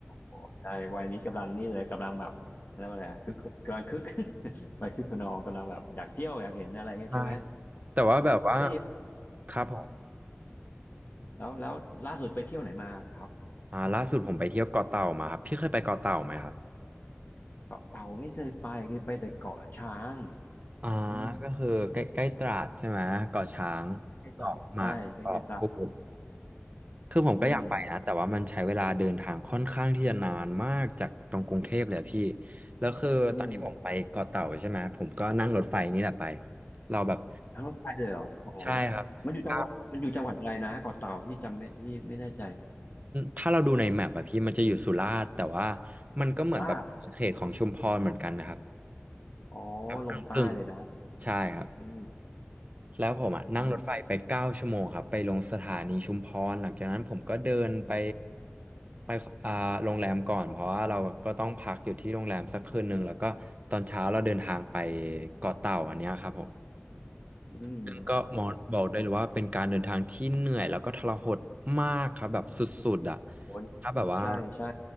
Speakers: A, on the left; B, on the right.
A: โอ้ใช่วัยนี้กำลังนี่เลยกำลังแบบแล้วาอะไรอะคือกำลังคึก <laughs> วัยคึกขนองกำลังแบบอยากเที่ยวอยากเห็นอะไรเงี้ยใช่ไหม
B: ใช่แต่ว่าแบบว่า
A: อืมก็ได้
B: ครับผม
A: อืมแล้วแล้วล่าสุดไปเที่ยวไหนมาครับ
B: อ่าล่าสุดผมไปเที่ยวเกาะเต่ามาครับพี่เคยไปเกาะเต่าไหมครับ
A: เกาะเต่าไม่เคยไปเคยไปแต่เกาะช้าง
B: อ่า
A: อืม
B: ก็คือใกล้ใกล้ตราดใช่ไหมเกาะช้างเกาะหมากเกาะกูด
A: ใกล้ๆตราดใช่ใกล้ๆตราด
B: คือผมก็อยากไปนะแต่ว่ามันใช้เวลาเดินทางค่อนข้างที่จะนานมากจากตรงกรุงเทพเลยอะพี่
A: อืม
B: แล้วคือตอนที่ผมไปเกาะเต่าใช่ไหมผมก็นั่งรถไฟนี่แหละไป
A: อืม
B: เราแบบ
A: ทางรถไฟเลยเหรออ๋อ
B: ใช่ครับถ้า
A: มันอยู่จังหวัดมันอยู่จังหวัดอะไรนะเกาะเต่าพี่จำไม่พี่ไม่แน่ใจ
B: ถ้าเราดูในแมปอะพี่มันจะอยู่สุราษฎร์แต่ว่ามันก็เหมือนแบบเขตของชุมพรเหมือนกันนะครับ
A: ลาดอ๋อ
B: แบบกึ่งๆใช่ครับ
A: ลงใต้เลยนะอืม
B: แล้วผมอ่ะนั่งรถไฟไปเก้าชั่วโมงครับไปลงสถานีชุมพรหลังจากนั้นผมก็เดินไป
A: อืม
B: ไปอ่าโรงแรมก่อนเพราะว่าเราก็ต้องพักอยู่ที่โรงแรมสักคืนหนึ่งแล้วก็ตอนเช้าเราเดินทางไปเกาะเต่าอันเนี้ยครับผม
A: อืมโอ้โห
B: ซึ่งก็มองบอกได้เลยว่าเป็นการเดินทางที่เหนื่อยแล้วก็ทรหดมากครับแบบสุดๆอ่ะ
A: โอ้โห
B: ถ้าแบบว่า
A: ใช่ใช่